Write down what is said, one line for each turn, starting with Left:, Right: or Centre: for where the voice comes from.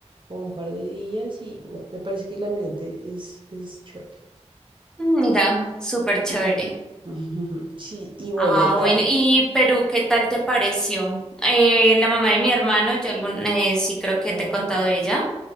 Right: como un par de días y no, me parece que el ambiente es, es chévere.
Centre: mira, súper chévere.
Right: Ujú, <laughs> Sí, y bueno,
Centre: Ah,
Right: ya.
Centre: bueno, ¿y Perú qué tal te pareció? Eh, la mamá de mi hermano, yo algún, eh, sí creo que
Right: Ajá,
Centre: te he contado de ella,